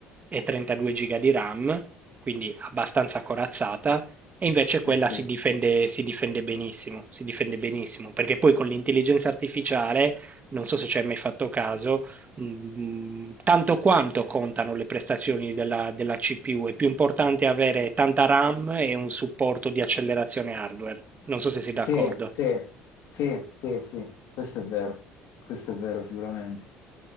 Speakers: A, on the right; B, on the left.
A: e 32 GB di RAM, quindi abbastanza corazzata e invece quella
B: Eh sì,
A: si difende, si difende benissimo, si difende benissimo, perché poi con l'intelligenza artificiale, non so se ci hai mai fatto caso, mh, tanto quanto contano le prestazioni della, della CPU, è più importante avere tanta RAM e un supporto di accelerazione hardware. Non so se sei d'accordo.
B: sì, sì, sì, sì, sì, questo è vero, questo è vero sicuramente.